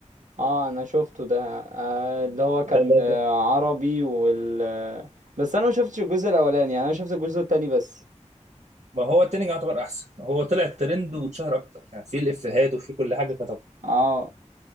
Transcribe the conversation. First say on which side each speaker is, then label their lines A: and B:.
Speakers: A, on the right; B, on the right.
A: اه انا شفته ده آه اللي هو كان
B: ده ده
A: آه
B: ده
A: عربي وال آه، بس انا ما شفتش الجزء الاولاني يعني انا شفت الجزء التاني بس
B: ما هو التاني يعتبر احسن هو طلع ترند واتشهر اكتر يعني في الافيهات وفي كل حاجه كتب
A: اه